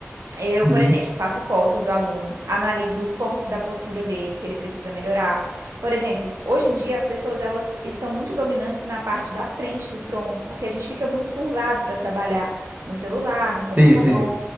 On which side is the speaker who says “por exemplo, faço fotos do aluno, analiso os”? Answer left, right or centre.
Right